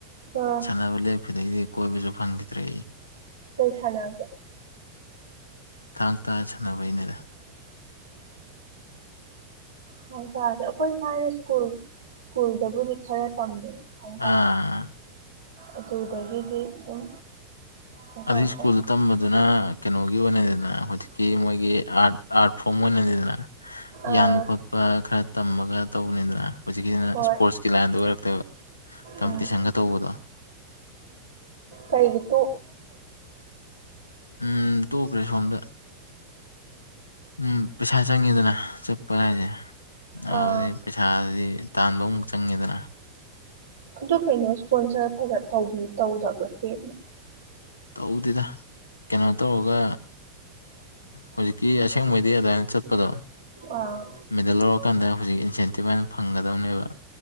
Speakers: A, on the right; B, on the left.
A: ꯑꯥ
B: ꯁꯥꯟꯅꯕ ꯂꯦꯞꯄꯗꯒꯤꯗꯤ ꯀꯣꯏꯕꯁꯨ ꯐꯪꯈꯤꯗ꯭ꯔꯦ
A: ꯀꯔꯤ ꯆꯅꯒꯦ
B: ꯊꯥꯡ ꯇꯥ ꯁꯥꯟꯅꯕꯩꯩꯅꯗ
A: ꯍ ꯁꯥꯁꯦ ꯑꯩꯈꯣꯏ ꯊꯅ ꯁ꯭ꯀꯨꯜ ꯁ꯭ꯀꯨꯜꯗꯕꯨꯗꯤ ꯈꯔ ꯇꯝꯃꯦ ꯍꯥꯏꯇꯥꯦ
B: ꯑꯥ
A: ꯑꯗꯨꯗꯒꯤꯗꯤ ꯑꯗꯨꯝ ꯀꯩꯅꯣ
B: ꯑꯗꯨ
A: ꯇꯧꯗ꯭ꯔꯦ
B: ꯁ꯭ꯀꯨꯜꯗ ꯇꯝꯕꯗꯨꯅ ꯀꯩꯅꯣꯒꯤ ꯑꯣꯏꯅꯗꯅ ꯍꯧꯖꯤꯛꯀꯤ ꯃꯣꯏꯒꯤ ꯑꯥꯔꯠ ꯑꯥꯔꯠ ꯐꯣꯔꯝ ꯑꯣꯏꯅꯅꯤꯗꯅ
A: ꯑꯥ
B: ꯌꯥꯟꯕ ꯈꯣꯠꯄ ꯈꯔ ꯇꯝꯃꯒ ꯇꯧꯕꯅꯤꯗꯅ ꯍꯧꯖꯤꯛꯀꯤꯁꯤꯅ
A: ꯍꯣꯏ
B: ꯏꯁꯄꯣꯔꯠꯁꯀꯤ ꯂꯥꯏꯟꯗ ꯑꯣꯏꯔꯛꯇꯣꯏꯕ ꯀꯝꯄꯤꯇꯤꯁꯟꯒ
A: ꯎꯝ
B: ꯇꯧꯕꯗꯣ
A: ꯀꯩ ꯇ
B: ꯎꯝ ꯇꯣꯛꯈ꯭ꯔꯦ ꯁꯣꯟꯗ ꯎꯝ ꯄꯩꯁꯥ ꯆꯪꯉꯤꯗꯅ ꯆꯠꯄ ꯍꯥꯏꯁꯦ ꯑꯗꯨꯗꯤ
A: ꯑꯥ
B: ꯄꯩꯁꯥꯗꯤ ꯇꯥꯟꯕ ꯑꯃꯨꯛ ꯆꯪꯉꯦꯗꯅ
A: ꯑꯗꯨ ꯀꯩꯅꯣ ꯏꯁꯄꯣꯟꯁꯔ ꯐꯖ ꯇꯧꯗꯕ꯭ꯔ ꯇꯦꯅꯦ
B: ꯇꯧꯗꯦꯗ ꯀꯩꯅꯣ ꯇꯧꯔꯒ ꯍꯧꯖꯤꯛꯀꯤ ꯑꯁꯦꯡꯕꯩꯗꯤ ꯑꯗꯨꯃꯏꯅ ꯆꯠꯄꯗꯣ
A: ꯑꯥ
B: ꯃꯦꯗꯜ ꯂꯧꯔꯀꯥꯟꯗ ꯍꯧꯖꯤꯛ ꯏꯟꯁꯦꯟꯇꯤꯞ ꯍꯥꯏꯅ ꯐꯪꯒꯗꯕꯅꯦꯕ